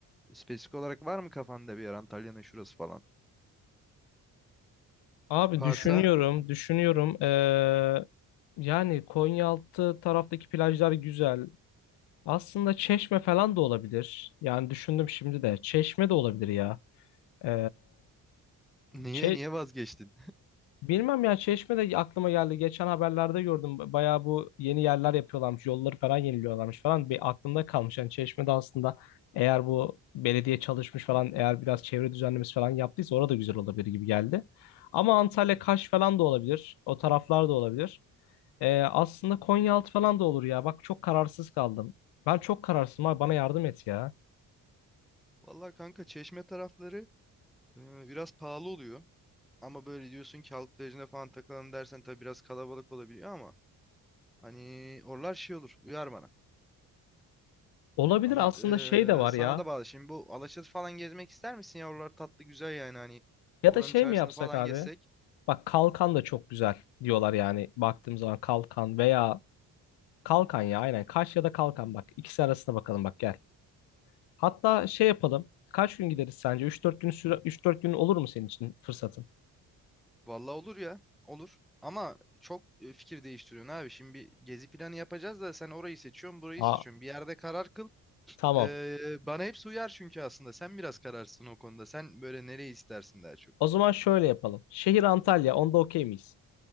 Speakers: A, in the centre; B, on the left (about 65°).
A: spesifik olarak var mı kafanda bir yer Antalya'nın şurası falan?
B: Abi
A: Varsa
B: düşünüyorum. Düşünüyorum. Ee, yani Konyaaltı taraftaki plajlar güzel. Aslında Çeşme falan da olabilir. Yani düşündüm şimdi de. Çeşme de olabilir ya. Ee,
A: niye
B: Çe-
A: niye vazgeçtin?
B: Bilmem ya Çeşme de aklıma geldi. Geçen haberlerde gördüm. Bayağı bu yeni yerler yapıyorlarmış. Yolları falan yeniliyorlarmış falan. Bir aklımda kalmış. Yani Çeşme'de aslında eğer bu belediye çalışmış falan eğer biraz çevre düzenlemesi falan yaptıysa orada güzel olabilir gibi geldi. Ama Antalya,
A: Hı hı.
B: Kaş falan da olabilir. O taraflar da olabilir. Ee, aslında Konyaaltı falan da olur ya. Bak çok kararsız kaldım. Ben çok kararsızım abi. Bana yardım et ya.
A: Vallahi kanka Çeşme tarafları e, biraz pahalı oluyor. Ama böyle diyorsun ki halk plajına falan takılalım dersen tabii biraz kalabalık olabiliyor ama hani oralar şey olur. Uyar bana.
B: Olabilir
A: Ama
B: aslında
A: eee,
B: şey de var
A: sana
B: ya.
A: da bağlı. Şimdi bu Alaçatı falan gezmek ister misin ya? Oralar tatlı güzel yani hani.
B: Ya
A: Oranın
B: da şey
A: çarşısını
B: mi yapsak
A: falan
B: abi?
A: gezsek.
B: Bak kalkan da çok güzel diyorlar yani baktığım zaman kalkan veya kalkan ya aynen Kaş ya da kalkan bak ikisi arasına bakalım bak gel. Hatta şey yapalım. Kaç gün gideriz sence? Üç dört gün süre Üç dört gün olur mu senin için fırsatın?
A: Vallahi olur ya. Olur. Ama çok e, fikir değiştiriyorsun abi. Şimdi bir gezi planı yapacağız da sen orayı seçiyorsun, burayı
B: Aa
A: seçiyorsun. Bir yerde karar kıl.
B: tamam.
A: Eee, bana hepsi uyar çünkü aslında. Sen biraz kararsın o konuda. Sen böyle nereyi istersin daha çok.
B: O zaman şöyle yapalım. Şehir Antalya. Onda okey miyiz?